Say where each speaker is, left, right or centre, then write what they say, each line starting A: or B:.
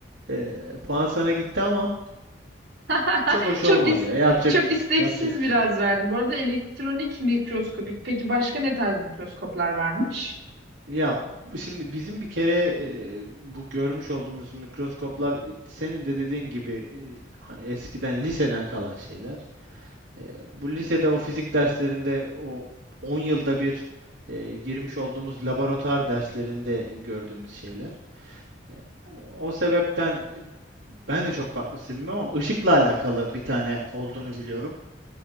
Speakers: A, on the right; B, on the right.
A: e, puan sana gitti ama
B: <laughs>
A: çok hoş
B: Çok
A: olmadı
B: is
A: ya. Yapacak
B: çok
A: bir şey. yok.
B: isteksiz
A: Yapacak bir
B: biraz
A: şey. yok.
B: verdim. Bu arada elektronik mikroskobik. Peki başka ne tarz mikroskoplar varmış?
A: Ya bu- şimdi bizim bir kere e, bu görmüş olduğumuz mikroskoplar e, senin de dediğin gibi e, hani eskiden liseden kalan şeyler. Eee, bu lisede o fizik derslerinde o 10 yılda bir eee, girmiş olduğumuz laboratuvar derslerinde gördüğümüz şeyler. Eee, o o sebepten e, ben de çok farklısını bilmiyorum ama ışıkla alakalı bir tane olduğunu biliyorum.